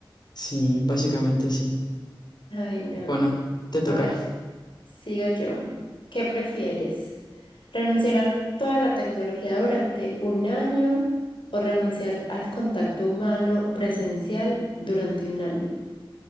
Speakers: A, on the left; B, on the left.
A: sí, básicamente sí.
B: Ay, no.
A: Bueno, te toca.
B: A ver, sigo yo. ¿Qué prefieres? ¿Renunciar a toda la tecnología durante un año o renunciar al contacto humano presencial durante un año?